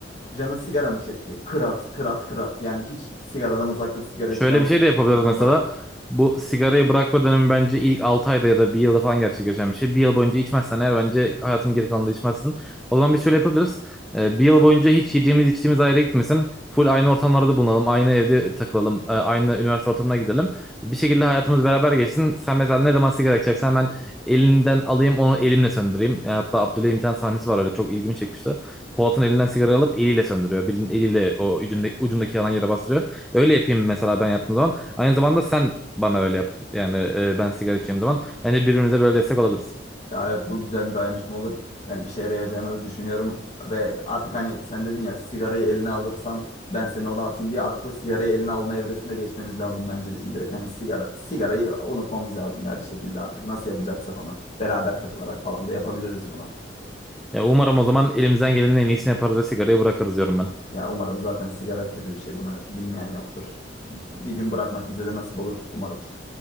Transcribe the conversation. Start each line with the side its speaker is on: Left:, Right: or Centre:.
Left: canın sigara mı çekti? Kırat, kırat, kırat. Yani hiç sigaradan uzak dur, sigara
Centre: Şöyle
Left: içilen
Centre: bir şey de yapabiliriz
Left: ortamdan
Centre: mesela.
Left: uzak dur.
Centre: Bu sigarayı bırakma dönemi bence ilk 6 ayda ya da bir yılda falan gerçekleşen bir şey. Bir yıl boyunca içmezsen eğer bence hayatın geri kalanında içmezsin. O zaman biz şöyle yapabiliriz. Ee, bir yıl boyunca hiç yediğimiz içtiğimiz ayrı gitmesin. Full aynı ortamlarda bulunalım. Aynı evde takılalım. e, aynı üniversite ortamına gidelim. Bir şekilde hayatımız beraber geçsin. Sen mesela ne zaman sigara içeceksen ben elinden alayım onu elimle söndüreyim. E, hatta Abdülhamit bir tane sahnesi var öyle çok ilgimi çekmişti. Polat'ın elinden sigara alıp eliyle söndürüyor. Bildiğin eliyle o ucunda- ucundaki yalan yere bastırıyor. Öyle yapayım mesela ben yaptığım zaman. Aynı zamanda sen bana öyle yap. Yani e, ben sigara içeceğim zaman. Bence birbirimize böyle destek olabiliriz.
Left: Ya evet bu güzel bir dayanışma olur. Ben işe yarayacağını da düşünüyorum ve artık hani sen dedin ya sigarayı eline alırsan ben seni oradan atayım diye artık o sigarayı eline alma evresine geçmemiz lazım bence bizim direkt hani sigara sigarayı unutmamız lazım ya bir şekilde artık nasıl yapacaksak onu beraber takılarak falan da yapabiliriz bunu.
Centre: Ya umarım o zaman elimizden gelenin en iyisini yaparız ve sigarayı bırakırız diyorum ben.
Left: Ya umarım zaten sigara kötü bir şey bunu bilmeyen yoktur. Bir gün bırakmak bize de nasip olur umarım.